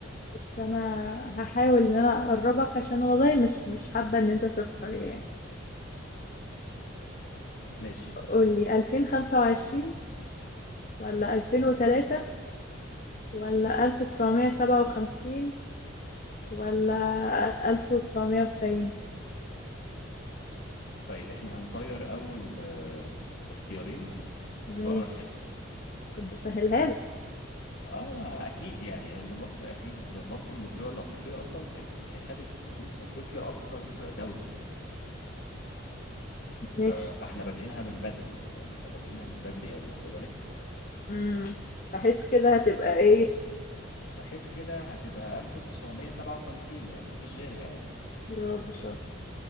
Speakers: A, on the left; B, on the left.
A: بس انا هحاول ان انا اقربك عشان والله مش مش حابة ان انت تخسر يعني
B: ماشي
A: قولي 2025 ولا 2003 ولا 1957 ولا 1990
B: طيب احنا هنطير اول آه، اختيارين
A: ماشي
B: بره الحزب
A: كنت بسهلها لك
B: اه ما اكيد يعني لان مصر اكيد مصر من الدول الافريقيه اصلا اللي خدت بطوله افريقيا اكتر دوله
A: ماشي
B: ف- فاحنا بادئينها من بدري يعني احنا بادئينها من بدري قوي واخده بالك
A: امم بحس كده هتبقى ايه
B: بحيث كده هتبقى 1957 يعني مفيش غيرها يعني
A: برافو شاطر